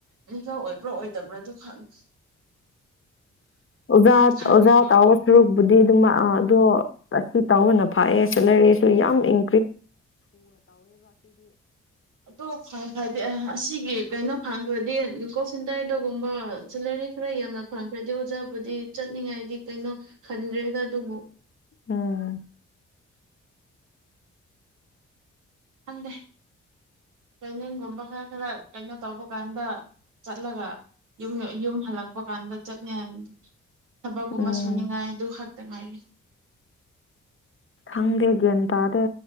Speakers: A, on the right; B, on the left.
A: ꯅꯤꯡꯖ ꯑꯣꯏꯕ꯭ꯔꯥ ꯑꯣꯏꯗꯕ꯭ꯔꯥ ꯑꯗꯨ ꯈꯪ
B: ꯑꯣꯖꯥ
A: ꯈꯪꯅꯤꯡꯕ
B: ꯑꯣꯖꯥ ꯑꯥꯎ ꯁꯔꯨꯛ ꯕꯨꯗꯤ ꯑꯗꯨ ꯑꯥ ꯑꯗꯣ ꯁꯤ ꯇꯥꯎꯕꯅ ꯐꯥꯛꯑꯦ ꯁꯤ ꯂꯩꯔꯦꯁꯨ ꯌꯥꯝ ꯏꯪ
A: ꯑꯗꯨ ꯐꯪꯈ꯭ꯔꯗꯤꯦ ꯑꯁꯤꯒꯤ ꯀꯩꯅꯣ ꯐꯪꯈ꯭ꯔꯗꯤ ꯀꯣꯜ ꯁꯦꯟꯇꯔꯗꯒꯨꯝꯕ ꯁꯦꯂꯔꯤ ꯈꯔ ꯌꯥꯝꯅ ꯐꯪꯈ꯭ꯔꯗꯤ ꯑꯣꯖꯥꯕꯨꯗꯤ ꯆꯠꯅꯤꯡꯉꯥꯏꯗꯤ ꯀꯩꯅꯣ ꯈꯟꯗ꯭ꯔꯦꯗ ꯑꯗꯨꯕꯨ
B: ꯎꯝ
A: ꯈꯪꯗꯦ ꯇ꯭ꯔꯦꯅꯤꯡꯒꯨꯝꯕ ꯈꯔ ꯈꯔ ꯀꯩꯅꯣ ꯇꯧꯕ ꯀꯥꯟꯗ ꯆꯠꯂꯒ ꯌ ꯌꯨꯝ ꯍꯜꯂꯛꯄ ꯀꯥꯟꯗ ꯆꯠꯅꯤ ꯊꯕꯛꯀꯨꯝꯕ
B: ꯎꯝ
A: ꯁꯨꯅꯤꯡꯉꯥꯏ ꯑꯗꯨ ꯍꯛ ꯇꯔꯤ
B: ꯈꯪꯗꯦ ꯒ꯭ꯌꯥꯟ ꯇꯥꯗꯦ